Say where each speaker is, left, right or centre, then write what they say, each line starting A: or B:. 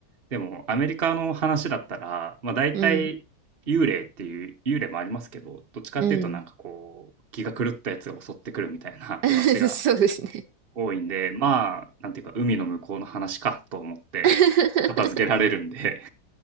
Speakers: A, on the right; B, on the right.
A: でもアメリカの話だったら、まあ、大体幽霊っていう幽霊もありますけどどっちかっていうとなんかこう気が狂ったやつが襲ってくるみたいな
B: うん。うん。<laughs>
A: <laughs> 話が
B: そうですね。
A: 多いんでまあなんていうか海の向こうの話かと思って片付けられるんで
B: <laughs>